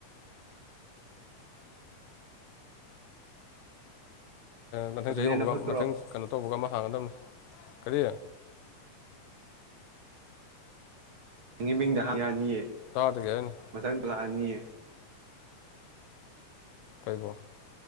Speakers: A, on the left; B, on the right.
A: ꯃꯊꯪ
B: ꯑꯗꯨꯅ
A: ꯆꯍꯤ ꯍꯧꯕꯒ
B: ꯍꯦꯟꯅ ꯐꯠꯇ꯭ꯔꯣ
A: ꯃꯊꯪ ꯀꯩꯅꯣ ꯇꯧꯕꯒ ꯑꯃ ꯍꯥꯡꯒꯗꯝꯕꯅꯤ ꯀꯔꯤ
B: ꯅꯪꯒꯤ ꯃꯤꯡꯗ ꯍꯥꯡ ꯌꯥꯅꯤꯌꯦ
A: ꯇꯥꯗꯒꯩ ꯑꯩꯅ
B: ꯃꯊꯪ ꯄ꯭ꯂꯥꯟꯅꯤꯌꯦ
A: ꯀꯩꯕꯣ